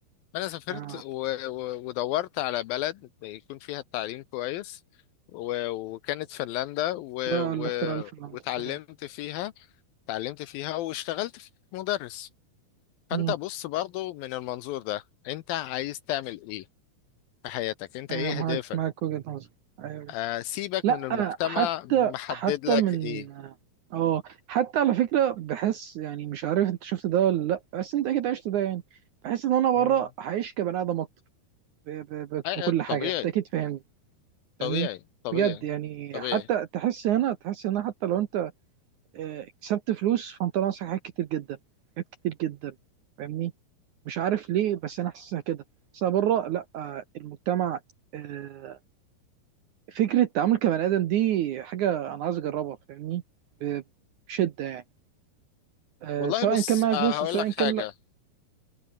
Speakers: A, on the left; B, on the right.
A: انا سافرت
B: اه
A: و... و... ودورت على بلد يكون فيها التعليم كويس و... وكانت فنلندا و...
B: بقى
A: و...
B: الاختراع الفنلندي
A: وتعلمت
B: ايوه
A: فيها تعلمت فيها واشتغلت في مدرس فانت
B: مم.
A: بص برضو من المنظور ده انت عايز تعمل ايه في حياتك انت
B: أيوة،
A: ايه
B: معاك
A: هدفك
B: معاك وجهه نظر ايوه
A: آه سيبك
B: لا
A: من المجتمع
B: حتى
A: محدد
B: حتى
A: لك
B: من
A: ايه
B: اه حتى على فكره بحس يعني مش عارف انت شفت ده ولا لا بس انت اكيد عشت ده يعني بحس ان انا بره
A: مم.
B: هعيش كبني ادم ب- ب- ب-
A: أي-
B: بكل حاجه
A: طبيعي
B: انت اكيد فاهمني فاهمني
A: طبيعي طبيعي
B: بجد يعني
A: طبيعي
B: حتى تحس هنا تحس هنا حتى لو انت آه، كسبت فلوس فانت ناقصك حاجات كتير جدا حاجات كتير جدا فاهمني مش عارف ليه بس انا حاسسها كده بس أنا بره لا آه، المجتمع آه، فكره التعامل كبني ادم دي حاجه انا عايز اجربها فاهمني ب- بشده يعني آه،
A: والله
B: سواء
A: بص
B: كان معايا
A: آه،
B: فلوس
A: هقول
B: أو سواء
A: لك
B: كان
A: حاجة
B: لا